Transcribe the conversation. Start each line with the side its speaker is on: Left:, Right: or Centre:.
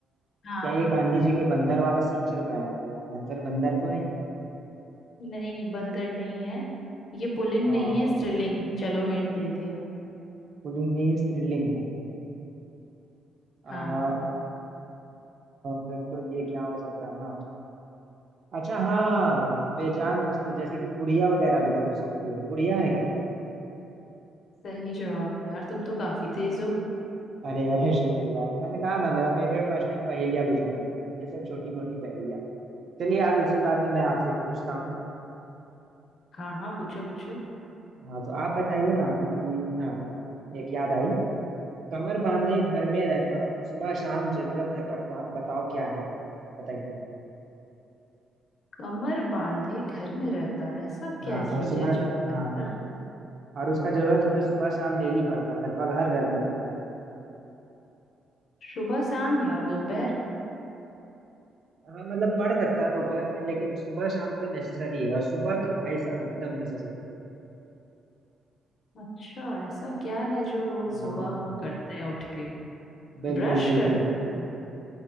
Left: हाँ
Right: क्या ये गांधी जी के बंदर वाला सीन चल रहा है यहाँ पे आंसर बंदर तो नहीं
Left: नहीं नहीं बंदर नहीं है ये पुल्लिंग
Right: आ,
Left: नहीं है स्त्रीलिंग है। चलो हिंट दे दिया
Right: पुलिंग नहीं है स्त्रीलिंग है आ,
Left: हाँ
Right: आ, फिर तो ये क्या हो सकता है ना अच्छा हाँ बेजान वस्तु जैसे कि गुड़िया वगैरह भी तो हो सकती है गुड़िया है क्या
Left: सही जवाब यार तुम तो काफी तेज हो
Right: अरे अरे शुक्रिया मैंने कहा था मेरा फेवरेट फर्स्ट टाइम पहेलिया बुझाना ही है। ये सब छोटी मोटी पहेलिया चलिए आ- इसी बात पे मैं आपसे एक पूछता हूँ
Left: हाँ हाँ पूछो पूछो
Right: हाँ तो आप बताइए ना कि हाँ एक याद आई कमर बांधे घर में रहता सुबह शाम जरूरत है पड़ता बताओ क्या है वो बताइए
Left: कमर बांधे घर में रहता है ऐसा क्या
Right: हाँ
Left: चीज
Right: और सुबह
Left: है जो
Right: हाँ
Left: और
Right: और उसका जरूरत हमें सुबह शाम डेली पड़ता है लगभग हर घर में पड़ता है
Left: सुबह शाम में और दोपहर
Right: हाँ मतलब पढ़ सकता है दोपहर में लेकिन सुबह शाम तो नेसेसरी है और सुबह तो भाई साहब एकदम नेसेसरी
Left: में अच्छा ऐसा क्या है जो रोज
Right: हाँ
Left: सुबह
Right: हाँ,
Left: हम करते हैं उठ के
Right: बिल्कुल
Left: ब्रश
Right: बिल्कुल
Left: करते हैं